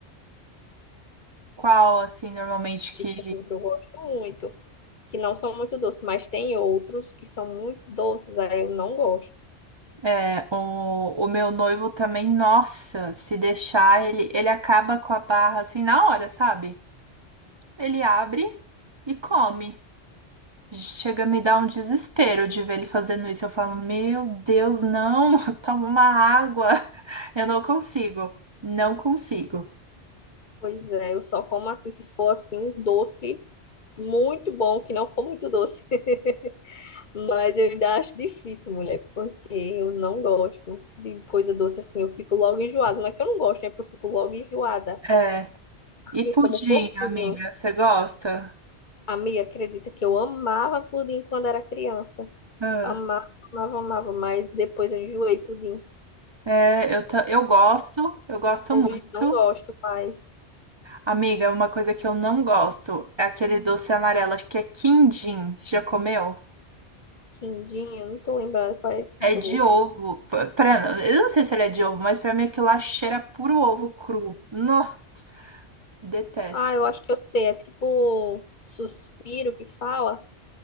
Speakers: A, on the right; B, on the left.
A: Qual, assim, normalmente que
B: específico assim que eu gosto muito, que não são muito doces, mas tem outros que são muito doces, aí eu não gosto.
A: é o, o meu noivo também, nossa, se deixar, ele, ele acaba com a barra assim na hora, sabe? Ele abre e come. Chega a me dar um desespero de ver ele fazendo isso. Eu falo, meu Deus, não, <laughs> toma uma água. Eu não consigo, não consigo.
B: Pois é, eu só como assim se for assim um doce muito bom, que não for muito doce. <laughs> Mas eu ainda acho difícil, mulher, porque eu não gosto de coisa doce assim, eu fico logo enjoada. Não é que eu não gosto, né? Porque eu fico logo enjoada.
A: É. E
B: Eu
A: pudim,
B: como pouquinho.
A: amiga, você gosta?
B: A acredita que eu amava pudim quando era criança.
A: Ah,
B: Amava, amava, amava, mas depois eu enjoei pudim.
A: É, eu, ta- eu gosto, eu gosto
B: Hoje
A: muito.
B: não gosto mais.
A: Amiga, uma coisa que eu não gosto é aquele doce amarelo, acho que é quindim. Você já comeu?
B: Quindim, eu não tô lembrada qual é esse
A: É
B: doce.
A: de ovo. Pra, pra- eu não sei se ele é de ovo, mas pra mim aquilo lá cheira puro ovo cru. Nossa, detesto.
B: Ah, eu acho que eu sei. É tipo suspiro que fala?